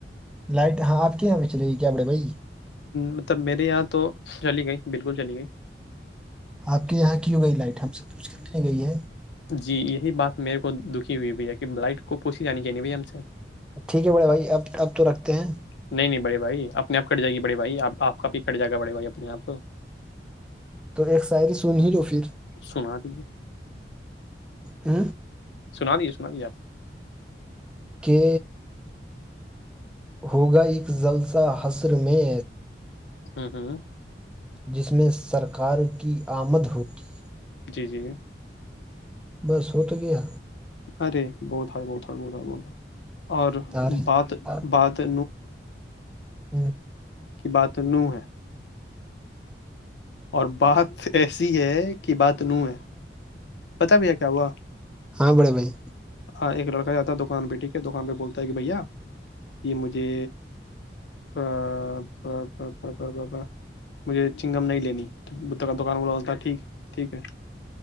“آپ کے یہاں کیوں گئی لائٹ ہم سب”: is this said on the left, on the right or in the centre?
Centre